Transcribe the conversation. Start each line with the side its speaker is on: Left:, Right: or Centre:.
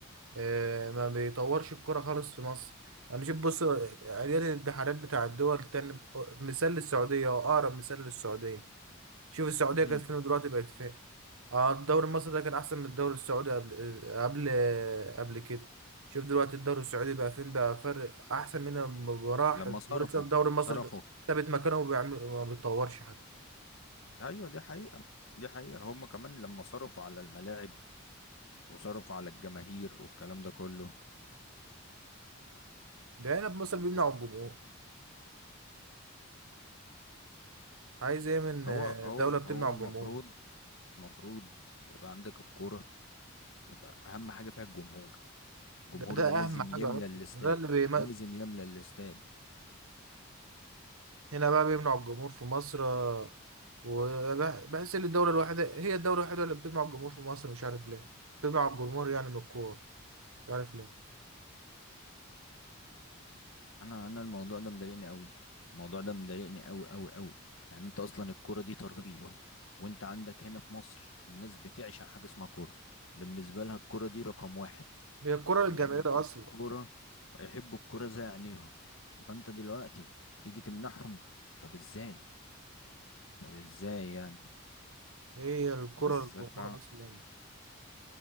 Right: آه، ما بيطورش الكرة خالص في مصر يعني شوف بص عيال الانتحارات بتاع الدول التانية مثال للسعودية أو أقرب مثال للسعودية شوف السعودية
Left: مم.
Right: كانت فين ودلوقتي بقت فين اه الدوري المصري ده كان أحسن من الدوري السعودي قبل قبل قبل كده شوف دلوقتي الدوري السعودي بقى فين بقى فرق أحسن منه بمراحل
Left: لما صرفوا
Right: ولسه الدوري المصري
Left: صرفوا
Right: ثابت مكانه وبيعمل ما بيتطورش حتى
Left: ايوه دي حقيقة دي حقيقة هم كمان لما صرفوا على الملاعب وصرفوا على الجماهير والكلام ده كله
Right: ده هنا في مصر بيمنع الجمهور عايز ايه من
Left: هو
Right: آه،
Left: هو
Right: دولة
Left: هو
Right: بتمنع الجمهور
Left: المفروض المفروض يبقى عندك الكورة يبقى أهم حاجة فيها الجمهور الجمهور
Right: ده ده
Left: ده لازم
Right: أهم حاجة
Left: يملى
Right: أصلا
Left: الاستاد
Right: ده اللي
Left: لازم يملى الاستاد
Right: هنا بقى بيمنع الجمهور في مصر آه، وبحس ان الدولة الوحيدة هي الدولة الوحيدة اللي بتمنع الجمهور في مصر مش عارف ليه بتمنع الجمهور يعني من الكورة مش عارف ليه
Left: انا انا الموضوع ده مضايقني قوي الموضوع ده مضايقني قوي قوي قوي يعني انت اصلا الكوره دي ترفيه وانت عندك هنا في مصر الناس بتعشق حاجه اسمها كوره بالنسبه لها الكوره دي رقم واحد
Right: هي الكرة
Left: يحبوا
Right: للجماهير أصلا
Left: الكوره يحبوا الكوره زي عينيهم فانت دلوقتي تيجي تمنعهم طب ازاي طب ازاي يعني
Right: هي الكرة
Left: بس
Right: للجمهور
Left: ف
Right: أصلا